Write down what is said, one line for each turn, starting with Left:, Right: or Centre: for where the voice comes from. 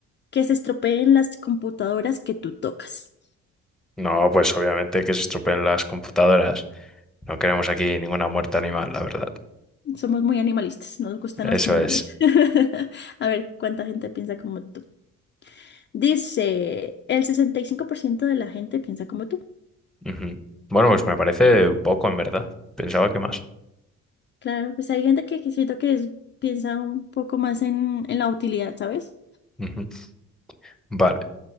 Left: que se estropeen las computadoras que tú tocas?
Centre: no, pues obviamente que se estropeen las computadoras. No queremos aquí ninguna muerte animal, la verdad.
Left: Somos muy animalistas, nos gustan
Centre: Eso
Left: los animales.
Centre: es.
Left: <laughs> A ver, ¿cuánta gente piensa como tú? Dice, el 65% de la gente piensa como tú.
Centre: Ujú. Bueno, pues me parece poco en verdad. Pensaba que más.
Left: Claro, pues hay gente que, que siento que es- piensa un poco más en, en la utilidad, ¿sabes?
Centre: Ujú. Vale.